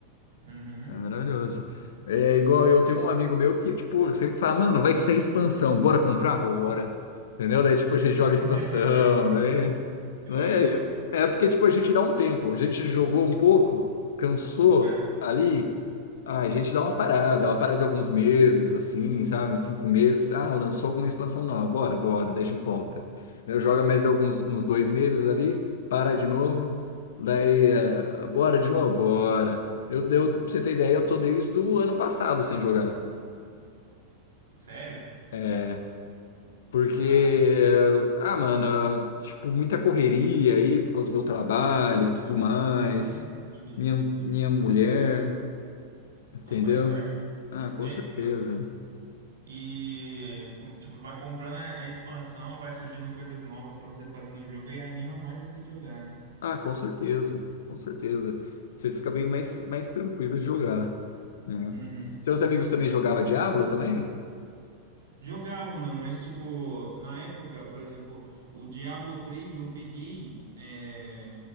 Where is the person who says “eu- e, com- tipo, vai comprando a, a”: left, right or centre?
Right